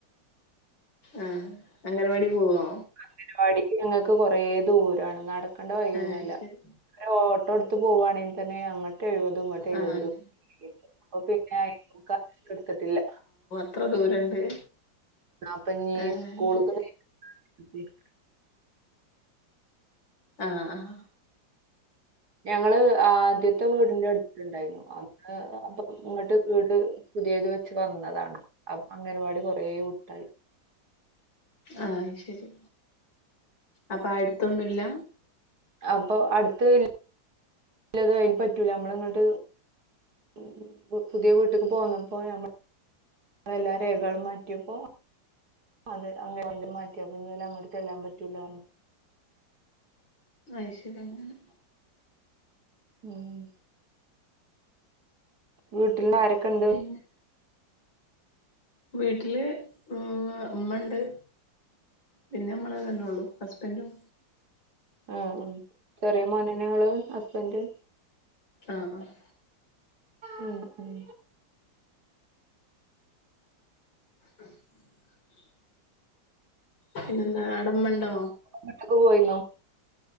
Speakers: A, on the left (about 75°); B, on the right (about 55°).
A: ആഹ് അങ്കൽവാടി പോവോ
B: അങനവാടിക്ക് ഞങ്ങൾക്ക് കൊറേ ദൂരാണ് നടക്കണ്ട വയ്യൊന്നൊല്ല
A: ആഹ് ശരി
B: എഹ് ഓട്ടോട്ത്ത് പോവാണെങ്കി തന്നെ അങ്ങട്ടയ് വെ തും ങ്ങട്ടെയ്
A: ആഹ്
B: വത് രൂ <unintelligible> ഓപിന്നെ <unintelligible> ട്ത്തിട്ടില്ല
A: ഇത്ര ദൂരണ്ട്
B: ന്നാപ്പഞ്
A: ആ
B: സ്കൂള്ക്ക്
A: അങ്ങനെ
B: <unintelligible>
A: ആഹ് ആഹ്
B: ഞങ്ങള് ആദ്യത്തെ വീട്ന്റ ട്ത്ത്ണ്ടായിന്നു അ <unintelligible> ങ്ങട്ട് വീട് പുതിയത് വെച്ച് വന്നതാണ് അപ്പ അംഗൻവാടി കൊർ യേവ്ട്ടായി
A: ആഹ് ശെരി അപ്പാട്ത്തൊന്നുല്ല
B: അപ്പൊ അടുത്ത് ഇ ഇല്ലത് അയ് പറ്റൂലാ അമ്മള് ങ്ങട്ട് ഉം പുതിയ വീട്ട്ക്ക് പോന്ന പ്പോയമ്മ നിങ്ങളെ എല്ലാ രേഖളും മാറ്റിയപ്പോ അതെ അ <unintelligible> മാറ്റിയ പ്പംഇനി ഓലങ്ങട്ട് ചെല്ലണ്ടാർഞ്ഞു
A: അയ്ശരി അങ്ങനെ
B: ഉമ് വീട്ട്ന്നാരെക്കെണ്ട്
A: പിന്നെ വീട്ടില് ഇമ്മ ഇമ്മണ്ട് പിന്നെ മ്മള് തന്നെള്ളൂ ഹസ്ബൻന്റും
B: ആ ഹും ചെറീമോനെന്നെ ങ്ങൾ ഹസ്ബന്റ്
A: ആഹ് ആഹ്
B: ഉമ്ഉം
A: <inaudible> പിന്നെന്താ ആടമണ്ടോ
B: വീട്ട്ക്ക് പോയിന്നോ